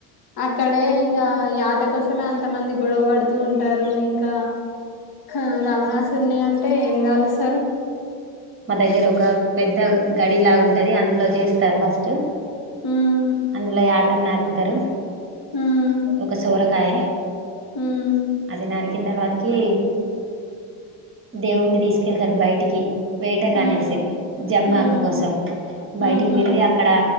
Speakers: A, on the left (about 50°); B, on the right (about 25°).
A: అక్కడే ఇంగ యాట కోసమే అంత మంది గొడవ బడుతూ ఉంటారు ఇంకా హ రావణాసురుని అంటే ఏం గాలుస్తరు
B: మా దగ్గర ఒక పెద్ద గడి లాగుంటది అందులో చేస్తారు ఫస్ట్
A: ఉమ్
B: అందులో యాటను నరుకుతారు
A: ఉమ్
B: ఒక సోరకాయ
A: ఉమ్
B: అది నరికి కిన తర్వాతకి దేవుడిని తీసుకెళ్తారు బయటికి వేట కనేసి
A: ఉమ్
B: జమ్మాకు
A: ఉమ్
B: కోసం బయటికి
A: ఉహు
B: వెళ్ళి అక్కడ